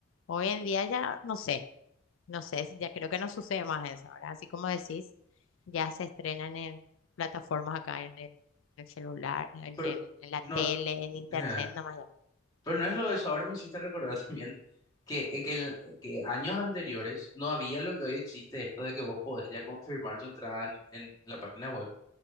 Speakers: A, on the left (about 65°); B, on the left (about 20°).
A: Hoy en día ya no sé, no sé, si ya creo que no sucede más eso ahora. Así como decís, ya se estrenan en plataformas acá en el, en el celular, en
B: Pero
A: el, en la
B: no,
A: tele, en internet
B: ajá.
A: nomás
B: pero no es lo de eso. Ahora me hiciste recordar <laughs> también que, eh, que, el- que años anteriores no había lo que hoy existe, esto de que vos podés ya confirmar tu entrada en, en la página web,